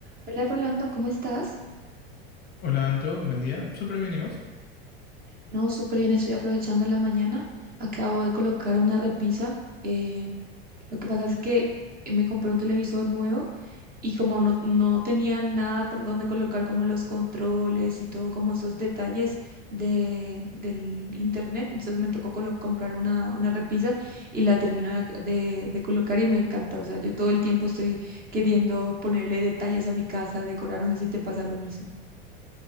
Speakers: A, on the right; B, on the left.
A: Hola Rolando, ¿cómo estás?
B: Hola Anto, buen día. ¿Súper bien y vos?
A: No, súper bien, estoy aprovechando la mañana. Acabo de colocar una repisa. eh, lo que pasa es que eh, me compré un televisor nuevo y como no, no tenía nada, perdón, de colocar como los controles y todo, como esos detalles de, del internet, entonces me tocó colo- comprar una, una repisa y la termino de, de de colocar y me encanta. O sea, yo todo el tiempo estoy queriendo ponerle detalles a mi casa, decorar, no sé si te pasa lo mismo.